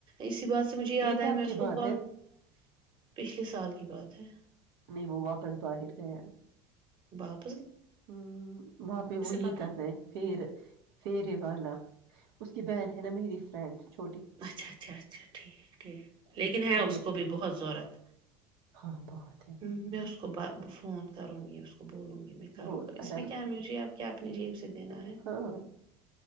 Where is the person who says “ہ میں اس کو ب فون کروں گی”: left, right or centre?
Right